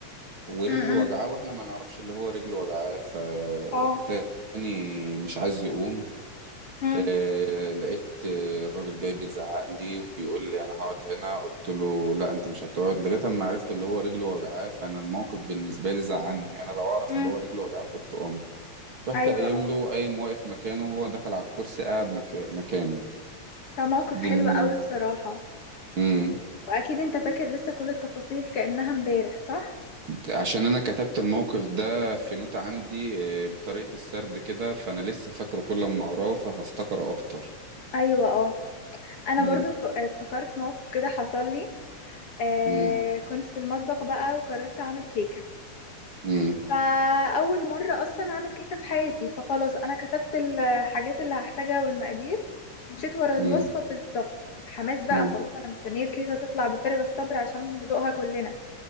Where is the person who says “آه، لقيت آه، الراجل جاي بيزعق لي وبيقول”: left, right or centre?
Right